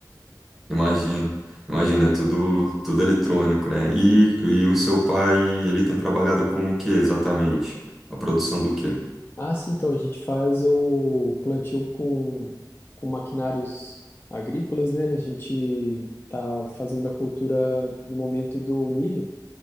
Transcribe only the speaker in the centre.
imagino. Imagina, é tudo, tudo eletrônico, né? E, e o seu pai, ele tem trabalhado com o que exatamente? A produção do quê?